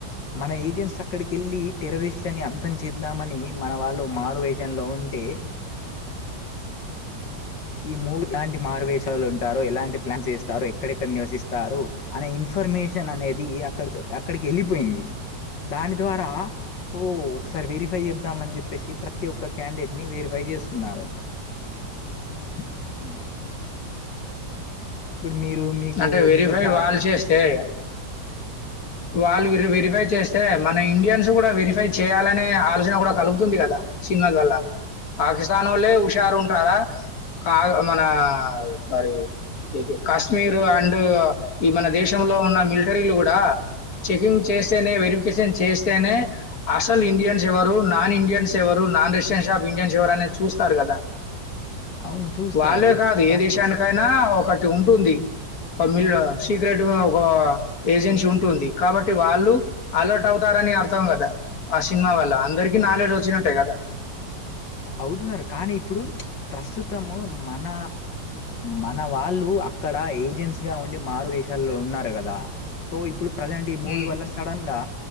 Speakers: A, on the left; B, on the left.
A: మన ఏజెంట్స్ అక్కడికెళ్ళి టెర్రరిస్ తని అంతం చేద్దామని మన వాళ్ళు మారువేషంలో ఉంటే ఈ మూవీ ఎలాంటి మార్వేషాలు ఉంటారో ఎలాంటి ప్లాన్స్ చేస్తారో ఎక్కడెక్కడ నివసిస్తారు అనే ఇ ఇన్ఫర్మేషన్ అనేది అక్కడ అక్కడికి వెళ్ళిపోయింది దాని ద్వారా ఓ ఒకసారి వెరిఫై చేద్దామ అని చెప్పేసి ప్రతి ఒక్క క్యాండిడేట్ ని వెరిఫై చేస్తున్నారు. ఆ.
B: ఉ
A: ఇప్పుడు మీరు మీకు
B: అంటే వెరిఫై
A: మీరు చా
B: వాళ్ళు చేస్తే
A: టుక్ టుక్.
B: వాళ్ళు వెరిఫై చేస్తే మన ఇండియన్స్ కూడా వెరిఫై చేయాలనే ఆలోచన కూడా కలుగుతుంది కదా. ద సినిమా వల్ల పాకిస్తానోళ్లే హుషారు ఉంటారా కాదు మన సారీ ఇది కష్ కాశ్మీర్ అండ్ ఈ మన దేశంలో ఉన్న మిలిటరీలు కూడా చెకింగ్ చేస్తేనే వెరిఫికేషన్ చేస్తేనే అసల్ ఇండియన్స్ ఎవరు నాన్ ఇండియన్స్ ఎవరు నాన్ రెసిడెన్ష షా ఇడియన్స్ ఎవరనేది చూస్తారు కదా
A: అవును చూస్తారు
B: వాళ్ళే కాదు
A: కా
B: ఏ దేశానికైనా ఒకటి ఉంటుంది మిల్ సీక్రెట్ ఒక ఏజెన్సీ ఉంటుంది కాబట్టి వాళ్ళు అలర్ట్ అవుతారని అర్థం కదా ఆ సినిమా వల్ల అందరికి నాలెడ్జ్ వచ్చినట్టే కదా
A: అవుతున్నారు కానీ ఇప్పుడు ప్రస్తుతము మన మన వాళ్ళు అక్కడ ఏజెంట్స్ గా ఉండి మారు వేశల్లో ఉన్నారు కదా సో ఇప్పుడు ప్రజెంట్ ఈ మూవీ
B: ఉమ్,
A: వల్ల సడన్ గా